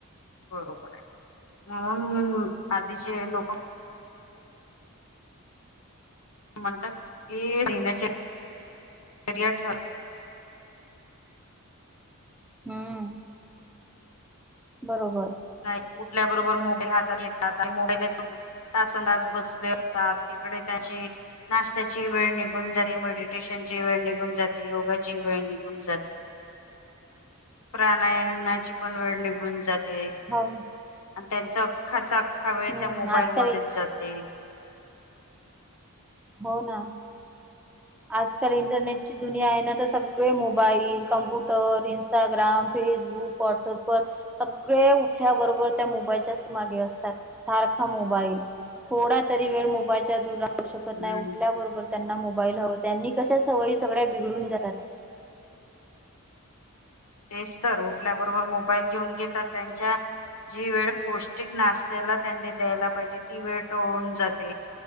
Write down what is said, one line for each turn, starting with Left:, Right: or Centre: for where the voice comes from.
Left: बरोबर आहे, म्हणून आधीचे लोक म्हणतात क सीमचे एरिया ठर <unintelligible>
Centre: हम्म. बरोबर.
Left: नाही उठल्या बरोबर मोबाईल हातात घेतात, आणि मोबाईल तासं तास बसले असतात, तिकडे त्याचे- नाशत्याची वेळ निघून जाते, मेडिटेशनची वेळ निघून जाते, योगाची वेळ निघून प्राणायनाची पण वेळ निघून जाते.
Centre: हो.
Left: आणि त्यांचा, अख्खाचा, अख्खा, वेळ
Centre: हम्म
Left: त्या मोबाईल
Centre: आजकाल
Left: मध्येच
Centre: ए-
Left: जाते.
Centre: हो ना, आजकाल इंटरनेट ची दुनिया आहे ना तर, सगळे mobile, computer, Instagram, Facebook, WhatsApp, व सगळे उठल्याबरोबर त्या मोबाईलच्याच मागे असतात, सारखा मोबाईल थोडा तरी वेळ, मोबाईलच्या दूर राहू शतो
Left: हम्म
Centre: नाही उठल्याबरोबर त्यांना मोबाईल हवं, त्यांनी कशा सवयी सगळ्या बिघडून जातात.
Left: तेच तर, उठल्याबरोबर मोबाईल घेऊन घेतात त्यांच्या जी वेळ पौष्टिक नाशत्याला त्यांनी द्यायला पाहिजे, ती वेळ टळून जाते.